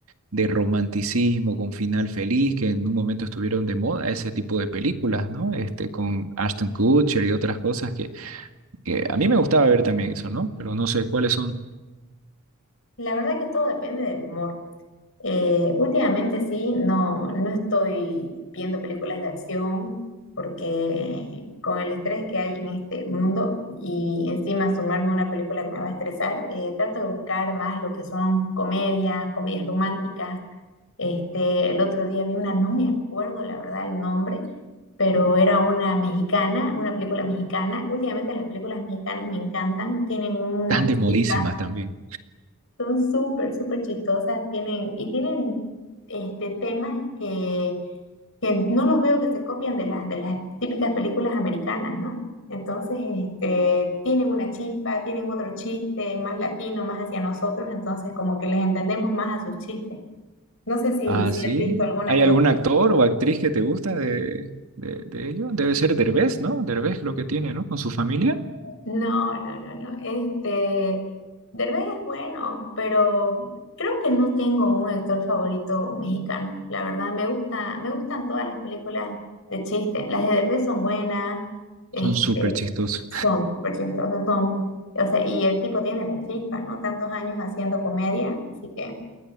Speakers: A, on the right (about 75°); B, on the left (about 65°).
A: de romanticismo con final feliz, que en un momento estuvieron de moda ese tipo de películas, ¿no? Este, con Ashton Kutcher y otras cosas que, que a mí me gustaba ver también eso, ¿no? Pero no sé cuáles son
B: La verdad que todo depende del humor. Eh, últimamente sí, no, no estoy viendo películas de acción porque con el estrés que hay en este mundo y encima sumarme a una película que me va a estresar, eh, trato de buscar más lo que son comedias, comedias románticas Este, el otro día vi una, no me acuerdo la verdad el nombre, pero era una mexicana, una película mexicana. Últimamente las películas mexicanas me encantan, tienen una
A: tan de modísimas
B: chispa,
A: también.
B: son súper, súper chistosas, tienen, y tienen este, temas que, que no los veo que se copian de las, de las típicas películas americanas, ¿no? Entonces, este, tienen una chispa, tienen otro chiste más latino, más hacia nosotros, entonces como que les entendemos más a sus chistes. No sé si,
A: Ah,
B: si
A: sí.
B: has visto alguna
A: ¿Hay
B: que
A: algún actor o actriz que te gusta de, de, de ello? Debe ser Derbez, ¿no? Derbez creo que tiene, ¿no? Con su familia.
B: No, no, no, no. Este, Derbez es bueno, pero creo que no tengo un actor favorito mexicano. La verdad, me gusta, me gustan todas las películas de chiste. Las de Derbez son buenas, este,
A: Son súper chistosos.
B: son súper chistosas, son, o sea, y el tipo tiene la chispa, ¿no? Tantos años haciendo comedia, así que